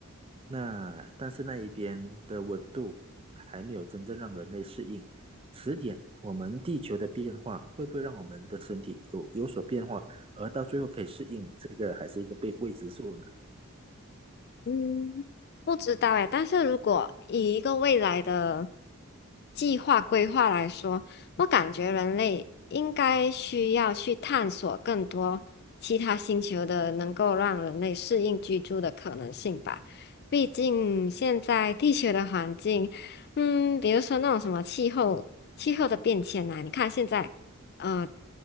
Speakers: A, on the right; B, on the left.
A: 那但是那一边的温度还没有真正让人类适应，迟点我们地球的变化会不会让我们的身体有有所变化，而到最后可以适应，这个还是一个被未知数呢？
B: 嗯，不知道哎，但是如果以一个未来的计划规划来说，我感觉人类应该需要去探索更多其他星球的能够让人类适应居住的可能性吧。毕竟现在地球的环境，嗯，比如说那种什么气候、气候的变迁呐、你看现在，呃，